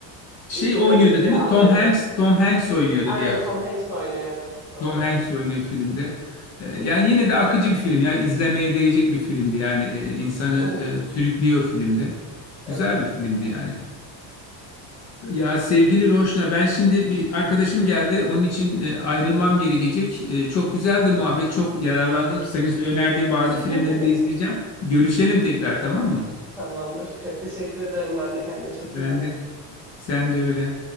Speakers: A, on the left (about 40°); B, in the centre.
A: Şey
B: İnceden
A: oynuyordu
B: inceye
A: değil
B: anlıyordun.
A: mi? Tom Hanks, Tom Hanks oynuyordu
B: Aynen
A: diye hatırlıyorum.
B: Tom Hanks oynuyor evet doğru.
A: Tom Hanks oynuyor filmde. Ee, yani yine de akıcı bir film. Yani izlemeye değecek bir filmdi. Yani e, insanı
B: Hı hı,
A: e, sürüklüyor filmde.
B: evet.
A: Güzel bir filmdi yani. Ya sevgili Roşna, ben şimdi bir arkadaşım geldi. Onun için e, ayrılmam gerekecek. E, çok güzeldi muhabbet, çok yararlandım. Senin önerdiğin bazı
B: <laughs>
A: filmleri de izleyeceğim. Görüşelim tekrar, tamam mı?
B: Tamamdır. Çok teşekkür ederim. Ben de kendine çok
A: Ben
B: iyi bak.
A: de, sen de öyle.